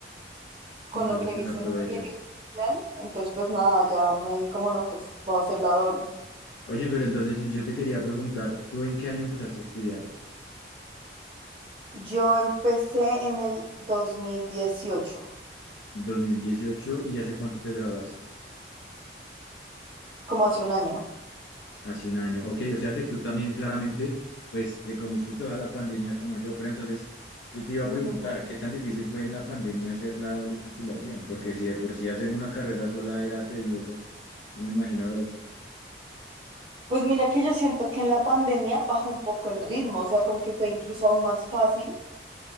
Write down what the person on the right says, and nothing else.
con
lo que he
visto
en ingeniería industrial. Entonces, pues nada, ya me dije como no, pues voy a hacer la doble.
Yo empecé en el 2018
como hace un año.
Ujú.
Pues mira que yo siento que en la pandemia bajó un poco el ritmo, o sea, como que fue incluso aún más fácil,